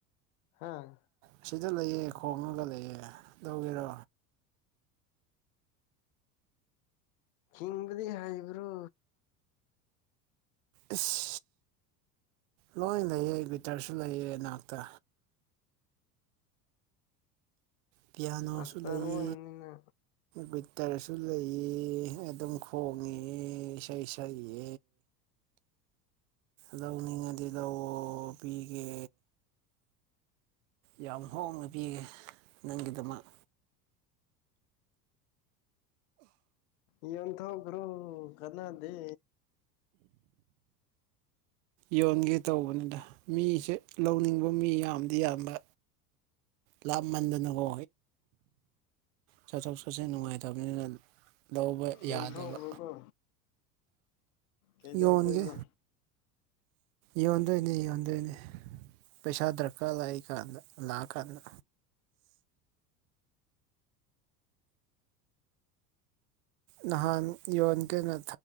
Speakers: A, on the left; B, on the right.
A: ꯍꯥꯥ
B: ꯑꯁꯤꯗ ꯂꯩꯌꯦꯦ ꯈꯣꯡꯉꯒ ꯂꯩꯌꯦꯦ ꯂꯧꯒꯦꯔꯣ
A: ꯍꯪꯕꯗꯤ ꯍꯥꯏꯕ꯭ꯔꯣ
B: ꯏꯁ ꯂꯣꯏ ꯂꯩꯑ ꯋꯇꯔꯁꯨ ꯂꯩꯑ ꯏꯅꯥꯛꯇ ꯄꯤꯌꯥꯅꯣꯁꯨ
A: ꯄꯥꯁꯇꯔ
B: ꯂꯩ
A: ꯑꯣꯏꯕꯅꯤꯅ
B: ꯍꯇꯔꯁꯨ ꯂꯩꯑ ꯑꯗꯨꯝ ꯈꯣꯡꯉꯦ ꯏꯁꯩ ꯁꯛꯑ ꯇꯧꯅꯤꯡꯉꯗꯤ ꯂꯧꯧ ꯄꯤꯒꯦ ꯌꯥꯝ ꯍꯣꯡꯅ ꯄꯤꯌꯦꯦ ꯅꯪꯒꯤꯗꯃꯛ
A: ꯏꯇ ꯍꯒ꯭ꯔꯣ ꯀꯅꯥꯗꯦ
B: ꯌꯣꯟꯒꯦ ꯇꯧꯕꯅꯤꯅ ꯃꯤꯁꯦ ꯂꯧꯅꯤꯡꯕ ꯃꯤ ꯌꯥꯝꯗꯤ ꯌꯥꯝꯕ ꯂꯥꯞꯃꯟꯗꯅꯀꯣ ꯆꯠꯊꯣꯛ ꯆꯠꯁꯤꯟ ꯅꯨꯡꯉꯥꯏꯇꯕꯅꯤꯅ ꯂꯧꯕ ꯌꯥꯗꯕ
A: ꯌꯣꯟꯊꯣꯛꯈ꯭ꯔꯣꯀꯣ ꯀꯩꯗꯎꯗꯅ
B: ꯌꯣꯟꯒꯦ ꯌꯣꯟꯗꯣꯏꯅꯦ ꯌꯣꯟꯗꯣꯏꯅꯦ ꯄꯩꯁꯥ ꯗꯔꯀꯥ ꯂꯏ ꯀꯗ ꯂꯥ ꯀꯗ ꯅꯍꯥꯟ ꯌꯣꯟ ꯀꯦꯅ